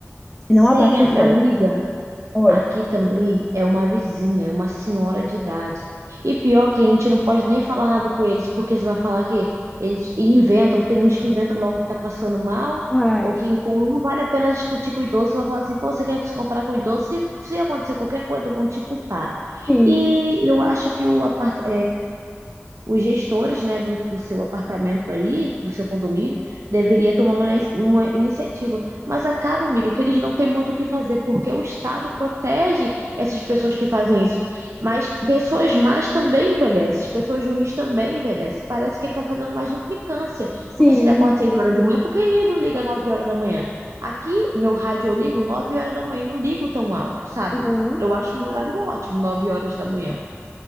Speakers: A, in the centre; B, on the right (about 80°).
A: Não
B: Sim,
A: abaixa
B: a-
A: o som.
B: amiga.
A: Oi.
B: Aqui também é uma vizinha, é uma senhora de idade. E pior que a gente não pode nem falar nada com eles, porque você vai falar que eles inventam, tem uns que inventam logo que tá passando mal,
A: Ai,
B: ou que então não vale a pena discutir com o idoso, você vai falar assim, pô, você quer se comparar com o idoso? Se, se acontecer qualquer coisa, vão te culpar.
A: sim,
B: E eu acho que o apartamento os gestores, né, do, do seu apartamento aí, do seu condomínio, deveria tomar uma, inici- uma iniciativa. Mas acaba, amiga, que eles não têm muito o que fazer, porque o Estado protege essas pessoas que fazem isso. Mas pessoas más também envelhecem, pessoas ruins também envelhecem. Parece que ele está fazendo mais de implicância.
A: sim.
B: Porque se ele acorda seis horas de manhã, por que ele não liga nove horas da manhã? Aqui, meu rádio eu ligo nove horas da manhã, e não ligo tão alto, sabe?
A: Uhum.
B: Eu acho um horário ótimo, nove horas da manhã.